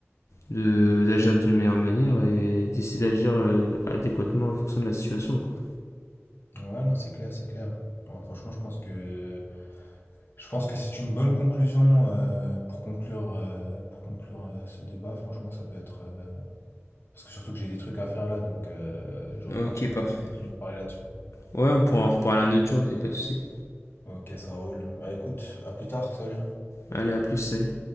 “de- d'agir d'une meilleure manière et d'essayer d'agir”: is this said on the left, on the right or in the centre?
Left